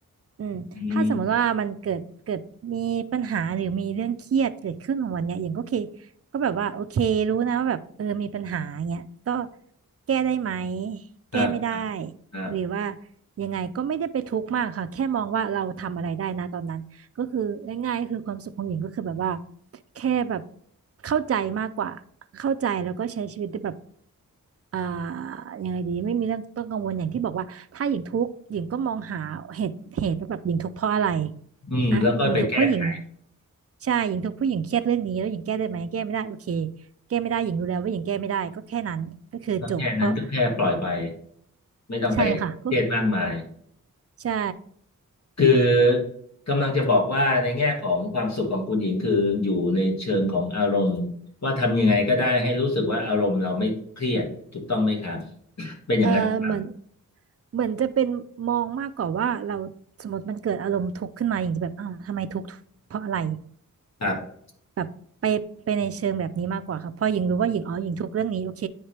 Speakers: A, on the right (about 45°); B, on the left (about 50°).
A: อืมถ้าสมมติว่ามันเกิดเกิดมีปัญหาหรือมีเรื่องเครียดเกิดขึ้นของวันเนี้ยอย่างก็โอเค
B: อืม
A: ก็แบบว่าโอเครู้นะว่าแบบเออมีปัญหาเงี้ยก็แก้ได้ไหม
B: ครับครับครับ
A: แก้ไม่ได้หรือว่ายังไงก็ไม่ได้ไปทุกข์มากค่ะแค่มองว่าเราทำอะไรได้นะตอนนั้นก็คือง่ายๆก็คือความสุขของหญิงก็คือแบบว่า แค่แบบเข้าใจมากกว่าเข้าใจแล้วก็ใช้ชีวิตได้แบบอ่ายังไงดีไม่มีเรื่องต้องกังวลอย่างที่บอกว่าถ้าหญิงทุกข์หญิงก็มองหาเหตุเหตุว่าแบบหญิงทุกข์เพราะอะไร
B: อืมแล้วก็ไปแก้ไข
A: อ่ะหญิงทุกข์เพราะหญิงใช่หญิงทุกข์เพราะหญิงเครียดเรื่องนี้แล้วหญิงแก้ได้ไหมแก้ไม่ได้โอเคแก้ไม่ได้หญิงรู้แล้วว่าหญิงแก้ไม่ได้ก็แค่นั้นก็คือจบเพราะ
B: แล้วแค่นั้นก็แค่ปล่อยไปไม่ต้องไปเครียดมากมาย
A: ใช่ค่ะก็ใช่
B: คือกำลังจะบอกว่าในแง่ของความสุขของคุณหญิงคืออยู่ในเชิงของอารมณ์ว่าทำยังไงก็ได้ให้รู้สึกว่าอารมณ์เราไม่เครียดถูกต้องไหมครับเป็นอย่างนั้นหรือเปล่ะ
A: เออเหมือนเหมือนจะเป็นมองมากกว่าว่าเราสมมติมันเกิดอารมณ์ทุกข์ขึ้นมาอย่างจะแบบอ้าวทำไมทุกข์เพราะอะไร
B: ครับ
A: แบบไปไปในเชิงแบบนี้มากกว่าค่ะพอหญิงรู้ว่าหญิงอ๋อหญิงทุกข์เรื่องนี้โอเค